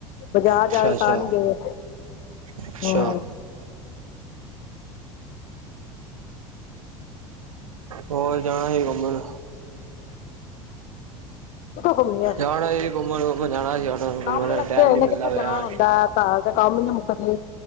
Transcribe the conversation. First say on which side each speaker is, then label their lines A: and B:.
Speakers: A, on the left; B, on the right.
A: ਬਾਜ਼ਾਰ
B: ਅੱਛਾ-ਅੱਛਾ
A: ਜਾਉ ਤਾਂ ਨੀ ਗਏ
B: ਅੱਛਾ
A: ਹਾਂ
B: ਹੋਰ ਜਾਣਾ ਸੀ ਘੁੰਮਣ?
A: ਕਿੱਥੋਂ ਘੁੰਮੀਏ
B: ਜਾਣਾ ਹੀ ਜੀ ਘੁੰਮਣ ਘੁੰਮਣ ਜਾਣਾ
A: ਕੰਮ
B: ਘੁੰਮਣ ਦਾ
A: ਲੱਗੇ
B: ਟਾਈਮ
A: ਹੋਏ
B: ਨੀ
A: ਨੇ
B: ਮਿਲਦਾ
A: ਕਿੱਥੇ
B: ਪਿਆ
A: ਜਾਣ ਹੁੰਦਾ ਹੈ। ਘਰ ਦੇ ਕੰਮ ਹੀ ਨੀ ਮੁੱਕਦੇ